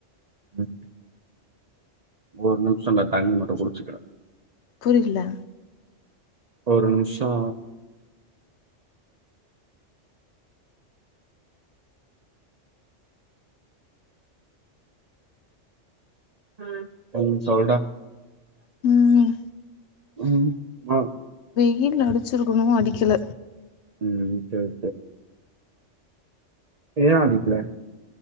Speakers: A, on the right; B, on the left.
A: ம் ஒரு நிமிஷம்டா தண்ணி மட்டு குடிச்சுக்கிறேன்
B: புரில
A: ஒரு நிமிஷோ ம் கொஞ் சொல்ற
B: ம்
A: ம் அ
B: வீட்ல அடிச்சிருக்கணு அடிக்கல
A: ம் சரி ஏ அடிப்பே